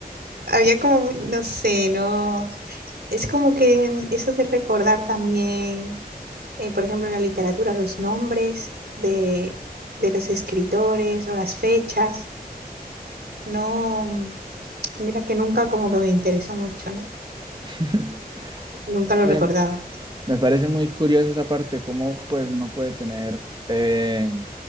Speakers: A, on the right; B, on the right.
A: Había como, mu- no sé, ¿no? Es como que mm, eso de recordar también, eh, por ejemplo, en la literatura, los nombres de, de los escritores o las fechas, ¿no? Mira que nunca como que me interesó mucho, ¿no?
B: <laughs>
A: Nunca lo
B: me,
A: recordaba.
B: me parece muy curiosa esa parte, cómo pues uno puede tener... eh,